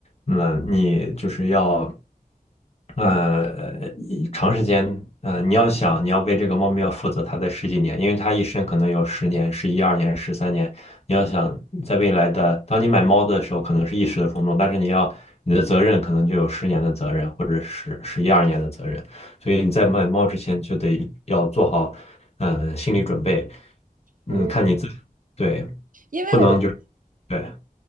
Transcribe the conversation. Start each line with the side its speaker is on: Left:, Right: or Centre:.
Left: 嗯，你就是要，呃，一长时间，呃，你要想你要为这个猫咪要负责它的十几年，因为它一生可能有十年、十一二年、十三年。你要想在未来的，当你买猫的时候，可能是一时的冲动，但是你要你的责任可能就有十年的责任，或者十十一二年的责任。所以你在买猫之前就得要做好嗯、呃心理准备，嗯，
Right: 无，
Left: 看你自己，对，
Right: 因为我
Left: 不能就是对